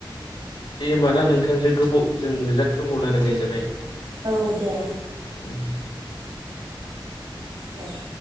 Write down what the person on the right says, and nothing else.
औ दे।
दे